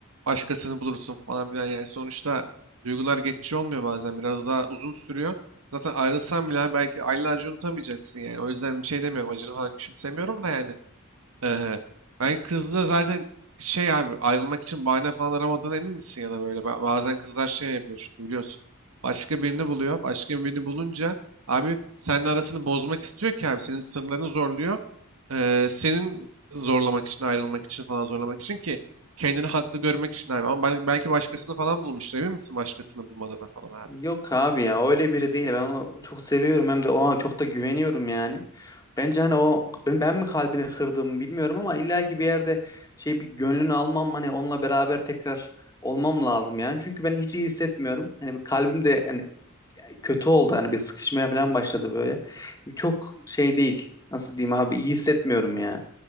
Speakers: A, on the right; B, on the left.
A: başkasını bulursun falan filan yani sonuçta duygular geçici olmuyor bazen biraz daha uzun sürüyor. Zaten ayrılsan bile hani, belki aylarca unutamayacaksın yani. O yüzden bir şey demiyorum. Acını falan küçümsemiyorum da yani. Ee, ben kızla zaten şey abi ayrılmak için bahane falan aramadığına emin misin ya da böyle Ba- bazen kızlar şey yapıyor çünkü biliyorsun başka birini buluyor başka birini bulunca abi seninle arasını bozmak istiyor ki abi senin sırlarını zorluyor Ee, senin zorlamak için ayrılmak için falan zorlamak için ki kendini haklı görmek için abi ama bel- belki başkasını falan bulmuştur emin misin başkasını bulmadığına falan abi.
B: Yok abi ya öyle biri değil. Ben onu çok seviyorum hem de ona çok da güveniyorum yani. Bence hani o ben, ben mi kalbini kırdığımı bilmiyorum ama illaki bir yerde şey bir gönlünü almam hani onunla beraber tekrar olmam lazım yani. Çünkü ben hiç iyi hissetmiyorum. Hani bir kalbim de hani kötü oldu hani bir sıkışmaya falan başladı böyle. Çok şey değil. Nasıl diyeyim abi iyi hissetmiyorum ya.